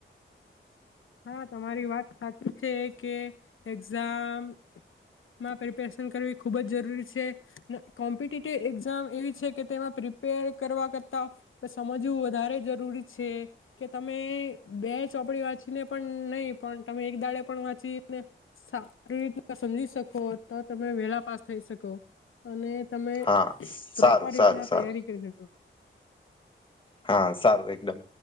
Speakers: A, on the left; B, on the left.
A: હા, તમારી વાત સાચી છે, કે એક્ઝામમાં પ્રિપેરેશન કરવી ખુબ જ જરૂરી છે. કોમ્પિટેટિવ એક્ઝામ એવી છે, કે તેમાં પ્રિપેર કરવા કરતાં સમજવું વધારે જરૂરી છે, કે તમે બે ચોપડી વાત વાચીને પણ નહીં, પણ તમે એક દાડે પણ વાંચીને સારી રીત સમજી શકો, તો તમે વેલા પાસ થઈ શકો અને તમે
B: હા
A: પ્રોપર
B: સારું સારું
A: રીતના
B: સારું
A: તૈયારી કરી શકો.
B: હા, સારું એકદમ.